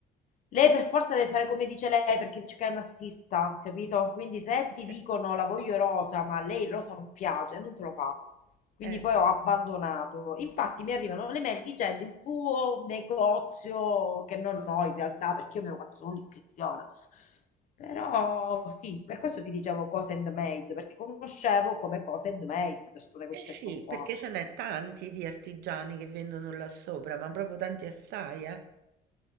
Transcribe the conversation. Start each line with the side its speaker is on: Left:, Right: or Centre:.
Left: lei per forza deve fare come dice lei, perché dice che è un artista, capito? Quindi se
Right: <laughs>
Left: ti dicono la voglio rosa, ma a lei il rosa non piace, non te lo fa. Quindi
Right: eh.
Left: poi ho abbandonato. Infatti mi arrivano le mail dicendo il tuo negozio, che non ho in realtà, perché io mi ero fatta solo l'iscrizione. Però sì, per questo ti dicevo cose handmade, perché conoscevo come cose handmade questo negozietto
Right: Eh sì,
Left: qua.
Right: perché ce n'è tanti di artigiani che vendono là sopra, ma proprio tanti assai, eh.